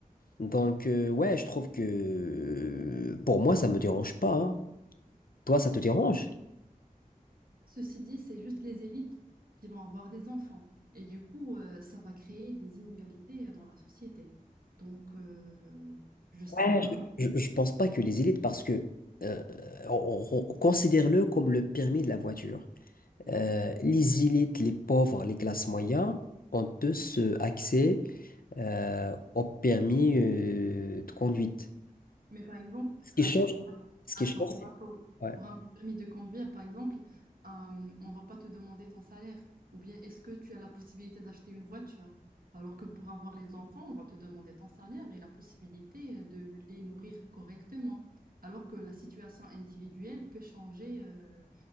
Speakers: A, on the left; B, on the right.
A: Donc, euh, ouais, je trouve que euh, pour moi, ça me dérange pas. hein. Toi, ça te dérange?
B: Ceci dit, c'est juste les élites qui vont avoir des enfants. Et du coup, euh, ça va créer des inégalités euh, dans la société. Donc, euh, je ne sais
A: Ouais,
B: pas.
A: Je, je ne pense pas que les élites, parce que euh, on- on- on- considère-le comme le permis de la voiture. Euh, les élites, les pauvres, les classes moyennes ont tous euh, accès euh, au permis euh, de conduite.
B: Mais par exemple,
A: Ce qui
B: attends,
A: change,
B: pour un,
A: ce qui
B: attends,
A: change,
B: pour
A: c'est-
B: un, pour-
A: ouais.
B: pour un permis de conduire, par exemple, euh, on va pas te demander ton salaire. Ou bien est-ce que tu as la possibilité d'acheter une voiture? Alors que pour avoir les enfants, on va te demander ton salaire et la possibilité euh, de les nourrir correctement. Alors que la situation individuelle peut changer, euh,